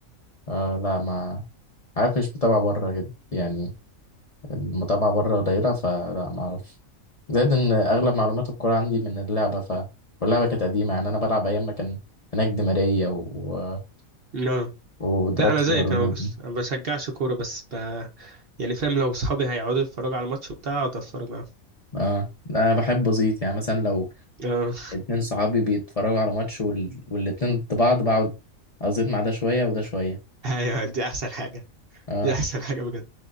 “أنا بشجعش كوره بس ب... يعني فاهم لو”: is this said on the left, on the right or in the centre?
Right